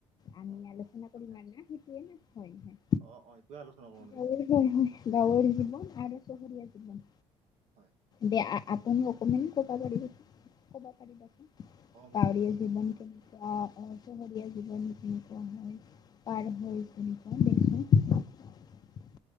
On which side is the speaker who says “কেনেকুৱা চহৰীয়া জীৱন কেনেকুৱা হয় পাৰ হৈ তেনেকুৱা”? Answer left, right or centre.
Left